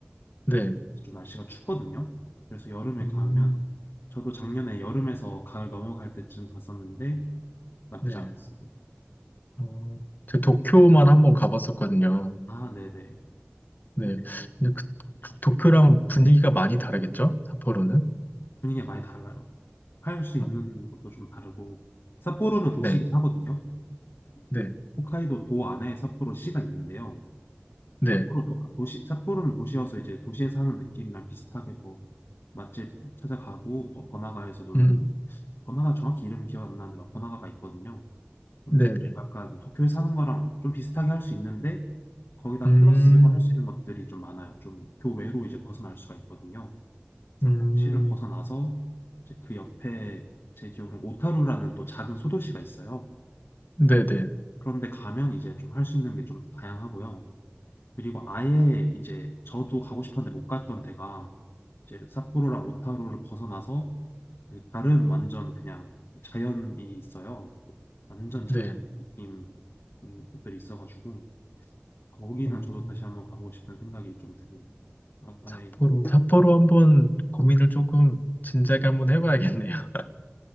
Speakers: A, on the left; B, on the left.
A: 네.
B: 좀 날씨가 춥거든요. 그래서 여름에
A: 음,
B: 가면 저도 작년에 여름에서 가을 넘어갈 때쯤 갔었는데 나쁘지
A: 네.
B: 않았어요.
A: 어, 저 도쿄만 한번 가봤었거든요.
B: 아, 네네.
A: 네.
B: 도쿄
A: 근데 그,
B: 그쵸.
A: 그 도쿄랑 분위기가 많이 다르겠죠? 삿포로는?
B: 분위기가 많이 달라요. 할 수 있는
A: 어,
B: 것도 좀 다르고 삿포로는 도시긴
A: 네,
B: 하거든요.
A: 네,
B: 홋카이도 도 안에 삿포로 시가 있는데요.
A: 네.
B: 삿포로 도, 도시 삿포로는 도시여서 이제 도시에 사는 느낌이랑 비슷하게 뭐 맛집 찾아가고 뭐 번화가에서 놀고
A: 음, 음.
B: 번화가 정확히 이름 기억 안 나는데 막 번화가가 있거든요. 근데
A: 네, 네.
B: 약간 도쿄에 사는 거랑 좀 비슷하게 할 수 있는데 거기다
A: 음,
B: 플러스로 할 수 있는 것들이 좀 많아요. 좀 교외로 이제 벗어날 수가 있거든요. 삿포로시를
A: 음,
B: 벗어나서 이제 그 옆에 제 기억으로는 오타루라는 또 작은 소도시가 있어요.
A: 네, 네,
B: 그런데 가면 이제 좀 할 수 있는 게 좀 다양하고요. 그리고 아예 이제 저도 가고 싶었는데 못 갔던 데가 이제 삿포로랑 오타루를 벗어나서 그 다른 완전 그냥 자연이 있어요. 완전 자연
A: 네.
B: 느낌 음, 곳들이 있어가지고 거기는
A: 어,
B: 저도 다시 한번 가보고 싶은 생각이 좀 드네요. 아, 아이,
A: 삿포로, 삿포로 한번 고민을 조금 진작에 한번 해봐야겠네요. <laughs>